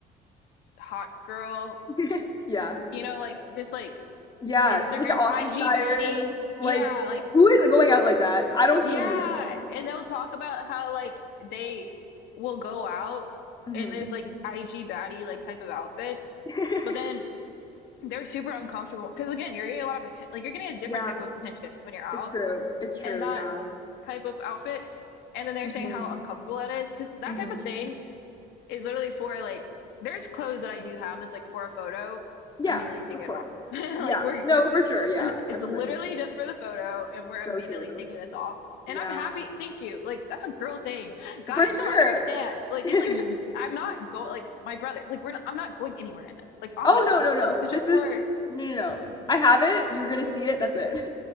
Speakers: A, on the left; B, on the left.
A: hot girl,
B: <laughs> yeah.
A: you know, like just like
B: Yes,
A: Instagram,
B: like the office
A: IG
B: siren.
A: baddie.
B: Like
A: Yeah, like,
B: who is going out like that? I don't
A: yeah.
B: see anybody like that.
A: And they'll talk about how like they will go out
B: Mhm.
A: and there's like IG baddie like type of outfits,
B: <laughs>
A: but then they're super uncomfortable because again, you're getting a lot of attention, like you're getting a different
B: yeah,
A: type of attention when you're out
B: it's true. It's true.
A: and not
B: Yeah.
A: type of outfit. And then they're
B: Mhm,
A: saying how uncomfortable that is because that
B: mhm.
A: type of thing is literally for like there's clothes that I do have that's like for a photo,
B: Yeah,
A: immediately take
B: of
A: it
B: course.
A: off. <laughs> Like
B: Yeah.
A: we're
B: No, for sure, yeah.
A: <laughs> it's
B: Everybody,
A: literally
B: I feel like.
A: just for the photo and we're
B: So
A: immediately
B: true.
A: taking this off. And
B: Yeah.
A: I'm happy. Thank you. Like that's a girl thing. Guys
B: For
A: don't
B: sure.
A: understand. Like
B: <laughs>
A: it's like I'm not going like my brother. Like we're not, I'm not going anywhere in this. Like obviously,
B: Oh, no, no, no.
A: but this is just
B: This is
A: for
B: no, no, no. I have it. You're gonna see it. That's it.